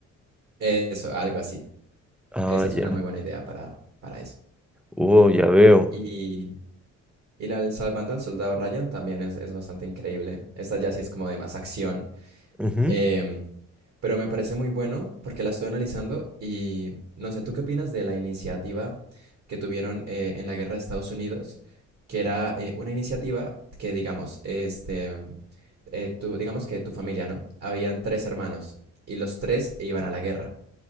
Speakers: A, on the right; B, in the centre.
A: eso, algo así.
B: Ah,
A: Esa es
B: ya.
A: una muy buena idea para, para eso.
B: Oh, ya veo.
A: Y, y la del Salvando al Soldado Ryan también es, es bastante increíble. Esta ya sí es como de más acción.
B: Ujú,
A: em, pero me parece muy bueno porque la estuve analizando y no sé, ¿tú qué opinas de la iniciativa que tuvieron eh, en la guerra de Estados Unidos? Que era eh, una iniciativa que, digamos, este, eh, tú- digamos que tu familia, ¿no? Habían tres hermanos y los tres iban a la guerra.